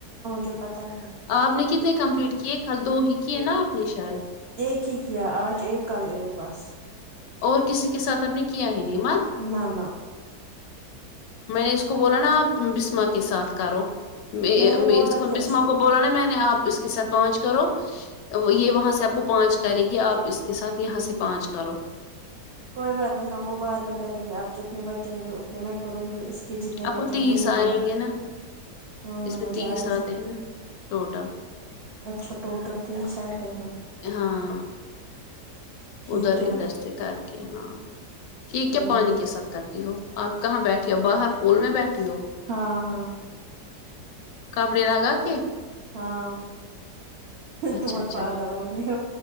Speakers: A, on the right; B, on the left.
A: جو پتہ ہے
B: آپ نے کتنے کمپلیٹ کیے کل دو ہی کیے نا آپ نے شاید
A: ایک ہی کیا آج ایک کل ایک بس
B: اور کسی کے ساتھ ہم نے کیا ہی نہیں مات
A: نہ نہ
B: میں نے اس کو بولا نا آپ بسما کے ساتھ کرو میں
A: نے بولا
B: میں اس کو
A: تھا
B: بسما کو بولا نا میں نے آپ اس کے ساتھ پانچ کرو یہ وہاں سے آپ کو پانچ کرے گی آپ اس کے ساتھ یہاں سے پانچ کرو
A: کوئی بات نہیں ہم وہ بعد میں کریں گے اب جتنے بچیں گے اتنے میں کروں گی اس کہ جتنے
B: آپ کو
A: بچیں
B: تیس
A: گے یہ
B: آئیں
A: میرے
B: گے نا
A: ہاں
B: اس میں
A: مجھے
B: تیس
A: آیا
B: آتے
A: سم
B: ہیں نا ٹوٹل
A: اچھا ٹوٹل تیس آتے ہیں
B: ہاں
A: ٹھیک
B: ادھر
A: ہے
B: ادھر سے کر کے ہاں ٹھیک
A: ہوں
B: کیا پانی کی ساتھ کرتی ہو آپ کہاں بیٹھی ہو باہر پول میں بیٹھی ہو
A: ہاں ہاں
B: کپڑے لگا کے
A: ہاں
B: اچھا
A: تومت
B: اچھا
A: پاگل ہوگیی ہو